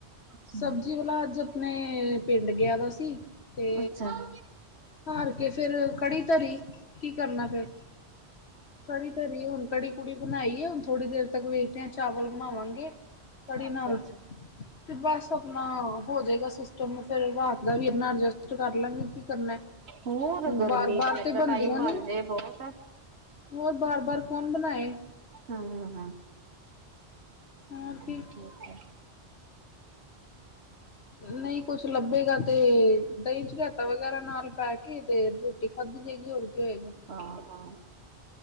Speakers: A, on the right; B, on the left.
A: ਅੱਛਾ
B: ਸਬਜ਼ੀ ਵਾਲਾ ਅੱਜ ਆਪਣੇ ਪਿੰਡ ਗਿਆ ਦਾ ਸੀ ਤੇ
A: ਅੱਛਾ
B: ਹਾਰ ਕੇ ਫੇਰ ਕੜੀ ਧਰੀ ਕੀ ਕਰਨਾ ਫੇਰ ਕੜੀ ਧਰੀ ਹੁਣ ਕੜੀ ਕੁੜੀ ਬਣਾਈ ਐ ਹੁਣ ਥੋੜ੍ਹੀ ਦੇਰ ਤੱਕ ਵੇਖਦੇ ਆ ਚਾਵਲ ਬਣਾਵਾਂਗੇ ਕੜੀ
A: ਅੱਛਾ
B: ਨਾਲ।
A: ਅੱਛਾ
B: ਤੇ ਬਸ ਆਪਣਾ ਹੋ ਜਾਏਗਾ ਸਿਸਟਮ ਫਿਰ ਰਾਤ ਦਾ ਵੀ ਇਨਾ ਐਡਜਸਟ ਕਰ ਲਾਂਗੇ ਕੀ ਕਰਨਾ।
A: ਹੋਰ ਗਰਮੀ
B: ਬਾਰ ਬਾਰ
A: ਚ ਇੱਕ
B: ਤੇ ਬਣਦੀਆਂ
A: ਟਾਈਮ ਬਣ
B: ਨੀ
A: ਜਾਏ ਬਹੁਤ।
B: ਹੋਰ ਬਾਰ ਬਾਰ ਕੌਣ ਬਣਾਏ
A: ਹਮ ਹ
B: ਹੋਰ
A: ਹਮ
B: ਕੀ
A: ਠੀਕ ਹੈ
B: ਨਹੀਂ ਕੁਛ ਲੱਭੇਗਾ ਤੇ ਦਹੀਂ ਚ ਰਾਇਤਾ ਵਗੈਰਾ ਨਾਲ ਪੈਕ ਤੇ ਰੋਟੀ ਖਾਧੀ ਜਾਏਗੀ ਹੋਰ ਕੀ ਹੋਏਗਾ
A: ਹਾਂ ਹਾਂ